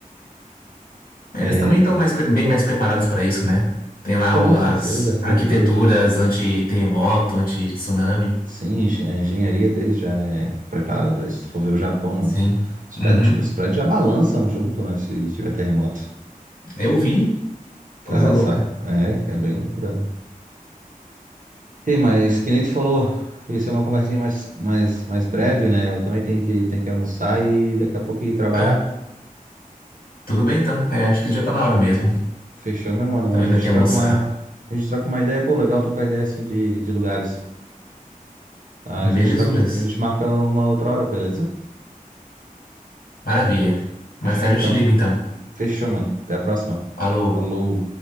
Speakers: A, on the left; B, on the right.
A: É,
B: É,
A: Eles também estão mais, pre- bem mais preparados para isso, né? Tem lá
B: com
A: o-
B: certeza,
A: as
B: a arquitetura,
A: arquiteturas
B: tudo.
A: anti-terremoto, anti-tsunami.
B: Sim, engen- a engenharia deles já é preparada para isso. Se for ver o Japão,
A: Sim.
B: os, os prédios,
A: Uhum.
B: os prédios já balançam junto, né? Se tiver terremoto.
A: Eu vi.
B: Tá,
A: Coisa louca.
B: essa, é, é bem loucura, mano. E mas que nem tu falou, isso é uma conversinha mais, mais, mais breve, né? Eu também tenho que, tenho que almoçar e daqui a pouco ir trabalhar.
A: Ah, tudo bem então. É, acho que já tá na hora mesmo.
B: Fechou, meu mano?
A: Tô
B: A
A: indo
B: gente
A: aqui almoçar.
B: troca uma, a gente troca uma ideia, pô, legal trocar ideia assim de, de lugares. A gente
A: Belezuras.
B: troca, a gente marca uma outra hora, beleza?
A: Maravilha.
B: Fechou
A: Mais tarde
B: então.
A: eu te ligo então.
B: Fechou, mano. Até a próxima.
A: Falou.
B: Falou.